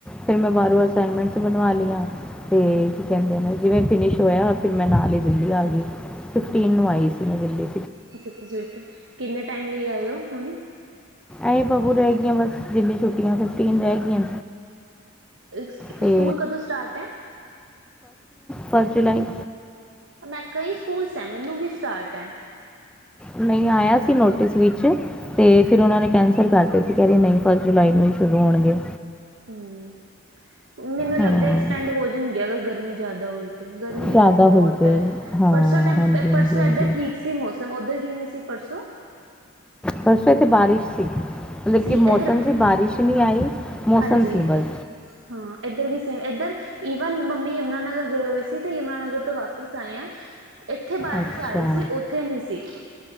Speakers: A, in the centre; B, on the right (about 70°).
A: ਫਿਰ ਮੈਂ ਬਾਹਰੋਂ ਅਸਾਈਨਮੈਂਟਸ ਬਣਵਾ ਲਈਆਂ ਤੇ ਕੀ ਕਹਿੰਦੇ ਜਿਵੇਂ ਫਿਨਿਸ਼ ਹੋਇਆ ਫਿਰ ਮੈਂ ਨਾਲ ਹੀ ਦਿੱਲੀ ਆ ਗਈ ਫਿਫਟੀਨ ਆਈ ਸੀ ਮੈਂ ਦਿੱਲੀ
B: ਅੱਛਾ ਕਿਨੇ ਟਾਈਮ ਲਈ ਆਇਓ ਹੁਣ
A: ਏਹੀ ਬਾਕੀ ਰਹਿ ਗਈਆਂ ਬਸ ਜਿੰਨੀ ਛੁੱਟੀਆਂ ਫਿਫਟੀਨ ਰਹਿ ਗਈਆਂ
B: ਅੱਛਾ
A: ਤੇ
B: ਸਕੂਲ ਕਦੋਂ ਸਟਾਰਟ ਹੈ।
A: ਪੰਜ ਜੁਲਾਈ।
B: ਮੈਂ ਕਈ ਸਕੂਲ ਸੈਵਨ ਨੂੰ ਵੀ ਸਟਾਰਟ ਹੈ।
A: ਨਹੀਂ ਆਇਆ ਸੀ ਨੋਟਿਸ ਵਿੱਚ,, ਤੇ ਫਿਰ ਉਹਨਾਂ ਨੇ ਕੈਂਸਲ ਕਰ ਦਿੱਤਾ ਸੀ ਕਹਿ ਰਹੀਏ ਨਹੀਂ ਫਸਟ ਜੁਲਾਈ ਨੂੰ ਹੀ ਸ਼ੁਰੂ ਹੋਣਗੇ,
B: ਹਮ,,,,, ਮੈਨੂੰ
A: ਹਾਂ
B: ਲੱਗਦਾ ਐਕਸਟੈਂਡ ਹੋ ਜਾਣਗੀਆਂ ਗਰਮੀ ਚ, ਜ਼ਿਆਦਾ ਹੋਏ ਗਰਮੀ ਵੀ
A: ਜ਼ਿਆਦਾ
B: ਤਾਂ ਬਹੁਤ
A: ਹੋਈ ਪਏ
B: ਹੈ
A: ਹਾਂ
B: ਪਰਸੋਂ ਟੈਂ
A: ਹਾਂਜੀ ਹਾਂਜੀ
B: ਪਰਸੋਂ
A: ਹਾਂਜੀ
B: ਇੱਧਰ ਠੀਕ ਸੀ ਮੌਸਮ ਉੱਧਰ ਕਿਵੇਂ ਸੀ? ਪਰਸੋਂ,,,,,,
A: ਪਰਸੋਂ ਇੱਥੇ ਬਾਰਿਸ਼ ਸੀ, ਮਤਲਬ
B: ਸੀ
A: ਕਿ
B: ਇਧਰ,,,,,,
A: ਮੌਸਮ ਸੀ ਬਾਰਿਸ਼
B: ਹਮ
A: ਨਹੀਂ ਆਈ ਮੌਸਮ
B: ਹਾਂਜੀ,,,,,
A: ਸੀ ਬਸ
B: ਹਾਂ ਇੱਧਰ ਵੀ ਸੇਮ ਇੱਧਰ ਈਵਨ ਮੰਮੀ ਆਉਣਾ,, ਯਮੁਾਨਗਰ ਗਏ ਹੋਏ ਸੀ ਤੇ ਯਮੁਨਾਨਗਰ ਤੋਂ ਵਾਪਿਸ ਆਏ ਆ, ਇੱਥੇ ਬਾਰਿਸ਼
A: ਅੱਛਾ
B: ਆ ਰਹੀ ਸੀ ਉੱਥੇ ਨਹੀਂ ਸੀ,